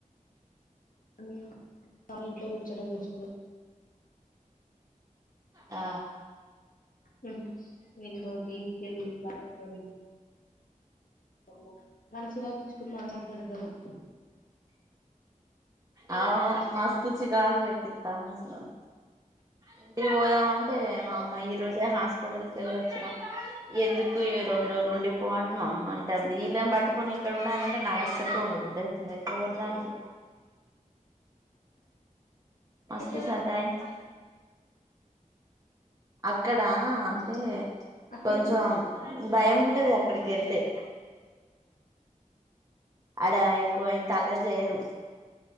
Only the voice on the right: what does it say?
ఆ
అవును మస్తు చికకు పెట్టిస్తాడ్రు అసల ఇంటికి పోదాం అంటే మా అమ్మాయి ఈ రోజే హాస్పిటల్ కి వెళ్ళి వచ్చినం ఎందుకు ఈ రెండు రోజులు ఉండి <unintelligible> కొన్ని ఇక్కడ ఉండంటే నాకుసలకే ఉండ బుద్ధి అయితలేదు మస్తు
సతాయించి అక్కడా అంటే
కొంచం
భయం ఉంటది అక్కడికి కెల్తే అడ ఎక్కువ ఇంత అల్లరి చెయరు